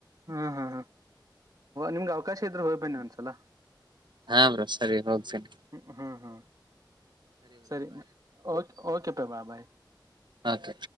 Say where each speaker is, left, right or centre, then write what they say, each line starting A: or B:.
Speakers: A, on the right; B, on the right.
A: ಹಾ ಹಾ ಹಾ ನಿಮ್ಗೆ ಅವಕಾಶ ಇದ್ರೆ ಹೋಗಿ ಬನ್ನಿ ಒಂದ್ಸಲ.
B: ಹಾ ಬ್ರೋ ಸರಿ ಹೋಗ್ತೀನಿ.
A: ಹ್ಮ್ ಹ್ಮ್ ಹ್ಮ್ ಸರಿ ಓಕೆ ಪಾ ಬಾಯ್ ಬಾಯ್.
B: ಓಕೆ.